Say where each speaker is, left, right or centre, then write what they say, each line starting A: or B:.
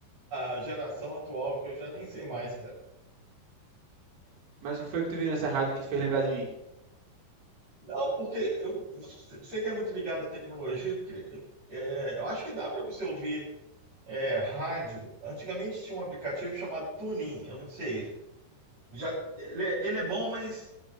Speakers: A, on the right; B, on the right.
A: a geração atual, que eu já nem sei mais,
B: Mas o que foi que tu viu nessa rádio que te fez lembrar de mim?
A: Não, porque eu sei que é muito ligado à tecnologia. Eu, queria- é, eu acho que dá para você ouvir é, rádio. Antigamente tinha um aplicativo chamado TuneIn. Eu não sei. Já ele, é ele é bom, mas